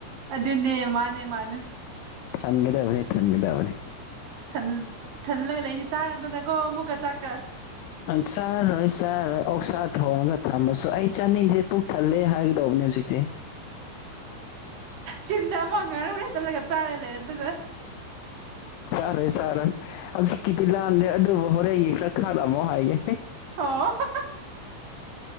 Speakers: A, on the right; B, on the left.
A: ꯑꯗꯨꯅꯦ ꯃꯥꯅꯦ ꯃꯥꯅꯦ
B: ꯊꯒꯗꯦꯕꯅꯤ ꯊꯟꯒꯗꯦꯕꯅꯤ
A: ꯊꯜꯂꯒ ꯂꯩꯅꯤ ꯆꯥꯔꯝꯗꯅꯀꯣ ꯑꯃꯨꯛꯀ ꯆꯥꯛꯀ
B: ꯑꯪ ꯆꯥꯔꯣꯏ ꯆꯥꯔꯣꯏ ꯑꯣꯛꯁꯥ ꯊꯣꯡꯔꯒ ꯊꯝꯃꯁꯨ ꯑꯩ ꯆꯥꯅꯤꯡꯗꯦ ꯄꯨꯛ ꯊꯜꯂꯦ ꯍꯥꯏꯒꯗꯧꯕꯅꯦ ꯍꯧꯖꯤꯛꯇꯤ
A: ꯆꯤꯜꯗ ꯑꯃ <unintelligible> ꯆꯠꯂꯒ ꯆꯥꯔ ꯂꯩꯔꯦ ꯑꯗꯨꯅ
B: ꯆꯥꯔꯦ ꯆꯥꯔꯦ ꯍꯧꯖꯤꯛꯀꯤꯗꯤ ꯂꯥꯝꯗꯦ ꯑꯗꯨꯕꯨ ꯍꯣꯔꯦꯟꯒꯤ ꯈꯔ ꯈꯥꯂꯛꯑꯃꯣ ꯍꯥꯏꯒꯦ
A: <unintelligible>